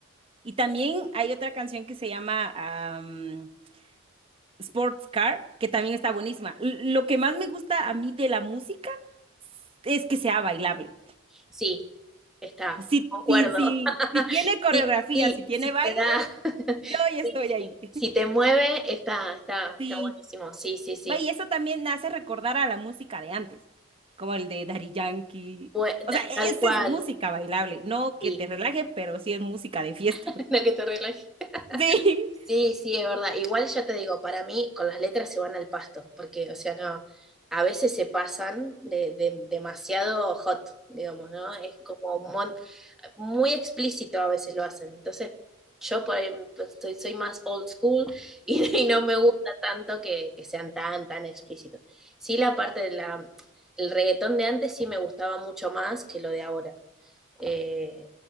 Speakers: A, on the right (about 25°); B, in the centre.
A: Y también hay otra canción que se llama am, Sports Car, que también está buenísima. L- lo que más me gusta a mí de la música es que sea bailable.
B: Sí, está.
A: Si,
B: Concuerdo.
A: si, si,
B: <laughs>
A: si tiene coreografía,
B: Sí, sí,
A: si tiene
B: sí
A: baile,
B: te da. <laughs>
A: yo ya
B: Sí,
A: estoy
B: sí.
A: ahí. <laughs>
B: Si te mueve, está, está,
A: Sí,
B: está buenísimo. Sí, sí, sí.
A: Va, Y eso también hace recordar a la música de antes, como el de Daddy Yankee.
B: Bue-
A: O
B: da-
A: sea, e-
B: tal
A: esta
B: cual.
A: es música bailable, no que
B: Sí.
A: te relaje, pero sí es música de fiesta.
B: <laughs>
A: <laughs>
B: La que te relaje.
A: Sí,
B: Sí, sí, es verdad. Igual yo te digo, para mí con las letras se van al pasto, porque, o sea, no, a veces se pasan de, de- demasiado hot, digamos, ¿no? Es como un mon- muy explícito a veces lo hacen. Entonces, yo por ahí pues, soy, soy más old school y, <laughs> y no me gusta tanto que, que sean tan, tan explícitos. Sí, la parte de la, el reggaetón de antes sí me gustaba mucho más que lo de ahora. Eh,